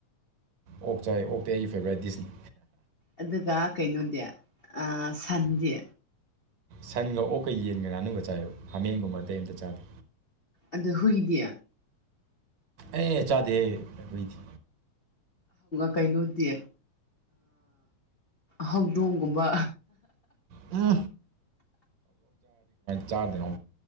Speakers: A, on the right; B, on the left.
A: ꯑꯣꯛ ꯆꯥꯏ ꯑꯣꯛꯇꯤ ꯑꯩꯒꯤ ꯐꯦꯕ꯭ꯔꯥꯏꯠ ꯗꯤꯁꯅꯤ
B: ꯑꯗꯨꯒ ꯀꯩꯅꯣꯗꯤ ꯁꯟꯗꯤ
A: ꯁꯟꯒ ꯑꯣꯛꯀ ꯌꯦꯟꯒ ꯉꯥꯅꯨꯒ ꯆꯥꯏꯕ ꯍꯥꯃꯦꯡꯒꯨꯝꯕ ꯑꯇꯩ ꯑꯝꯇ ꯆꯥꯗꯦ
B: ꯑꯗꯨ ꯍꯨꯏꯗꯤ
A: ꯑꯦ ꯆꯥꯗꯦꯍ ꯑꯩꯈꯏꯗꯤ
B: ꯀꯩꯅꯣꯗꯤ ꯍꯧꯗꯣꯡꯒꯨꯝꯕ
A: ꯆꯥ ꯆꯥꯗꯗ